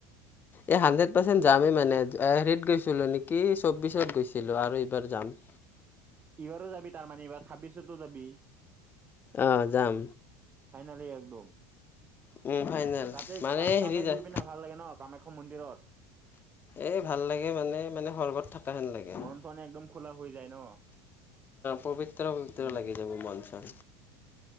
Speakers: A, on the left; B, on the right.
A: এই হাণ্ড্ৰেড পাৰ্চেণ্ট যামে মানে, অ - হেৰিত গৈছিলোঁ নেকি, ছব্বিছত গৈছিলোঁ আৰু এইবাৰ যাম।
B: ইবাৰো যাবি তাৰমানে <unintelligible> ছাব্বিছটো যাবি?
A: অহ যাম।
B: ফাইনেলি একদম।
A: উম ফাইনেল
B: অ' তাতে -
A: মানে
B: কাত - তাতে
A: হেৰি যায়
B: গৈ পিনে ভাল লাগে ন' কামাখ্যা মন্দিৰত?
A: এ ভাল লাগে মানে মানে সৰ্গত থকা হেন লাগে
B: মন
A: আহ
B: চন একদম খোলা হৈ যায় ন
A: পবিত্ৰ পবিত্ৰ
B: উম
A: লাগি যাব মন চন